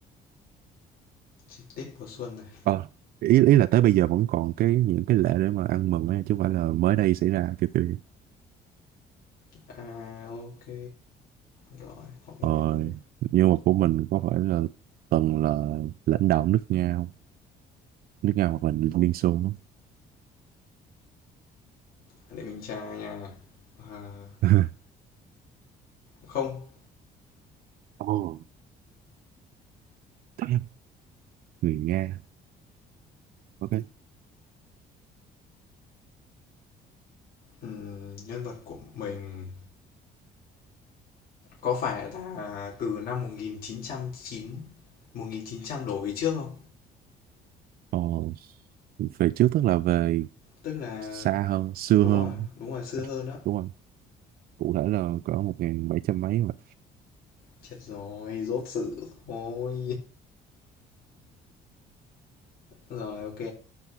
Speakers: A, on the left; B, on the right.
A: Dịp Tết mùa xuân này.
B: Ờ, ý ý là tới bây giờ vẫn còn cái những cái lễ để mà ăn mừng ấy, chứ không phải là mới đây xảy ra kiểu kiểu vậy.
A: À ok. Rồi, họ Nguyễn
B: ờ,
A: ok.
B: nhưng mà của mình có phải là từng là lãnh đạo nước Nga không nước Nga hoặc là Liên Xô không?
A: Để mình tra nha. À,
B: <laughs>
A: không,
B: Ồ, damn, người Nga ok
A: Ừm, nhân vật của mình có phải là từ năm một một nghìn nghìn chín trăm chín trăm chín trăm đổ về trước không?
B: Ồ, về trước tức là về
A: Tức là
B: xa hơn xưa
A: đúng
B: hơn
A: rồi, đúng rồi xưa hơn đó.
B: đúng không cụ thể là cỡ một nghìn bảy trăm mấy mà
A: Chết rồi, rốt sự rồi. <laughs> Rồi ok.